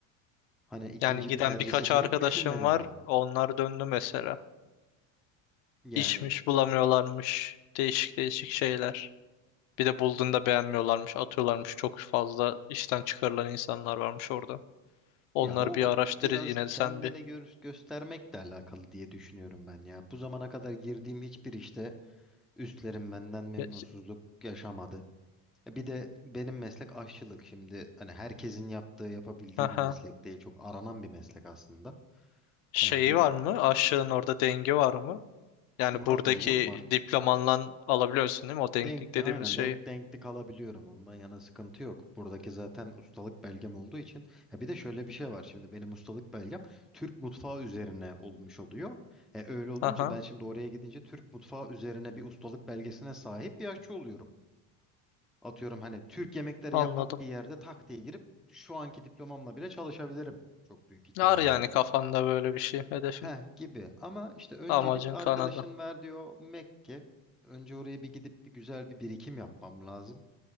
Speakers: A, in the centre; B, on the left.
A: Hani ikinci
B: Yani giden
A: bir tercih
B: birkaç
A: seçenek
B: arkadaşım
A: düşünmedim
B: var.
A: de.
B: Onlar döndü mesela.
A: Yani
B: İşmiş bulamıyorlarmış. Değişik değişik şeyler. Bir de bulduğunda beğenmiyorlarmış, atıyorlarmış. Çok fazla işten çıkarılan insanlar varmış orada. Onları
A: ya o
B: bir araştır
A: biraz
B: yine
A: kendini
B: sen bir.
A: gör göstermekle alakalı diye düşünüyorum ben ya. Bu zamana kadar girdiğim hiçbir işte üstlerim benden memnunsuzluk
B: Ya-
A: yaşamadı. Bir de benim meslek aşçılık. Şimdi hani herkesin yaptığı, yapabildiği
B: Aha.
A: bir meslek değil. Çok aranan bir meslek aslında.
B: Şeyi
A: Yani şimdi
B: var mı? Aşığın orada dengi var mı? Yani
A: var
B: buradaki
A: tabii canım var.
B: diplomanla alabiliyorsun değil mi? O denklik
A: Denkti
B: dediğimiz
A: aynen
B: şeyi.
A: denk denkti kalabiliyorum. Ondan yana sıkıntı yok. Buradaki zaten ustalık belgem olduğu için. Ha bir de şöyle bir şey var. Şimdi benim ustalık belgem Türk mutfağı üzerine olmuş oluyor. E, öyle olunca
B: Aha,
A: ben şimdi oraya gidince Türk mutfağı üzerine bir ustalık belgesine sahip bir aşçı oluyorum. Atıyorum hani Türk yemekleri
B: anladım.
A: yapan bir yerde tak diye girip şu anki diplomamla bile çalışabilirim çok büyük ihtimalle.
B: Var yani kafanda böyle bir şey, hedefin.
A: Heh gibi ama işte öncelik
B: Amacın
A: arkadaşın
B: Kanada.
A: ver diyor Mekke. Önce oraya bir gidip bir güzel bir birikim yapmam lazım.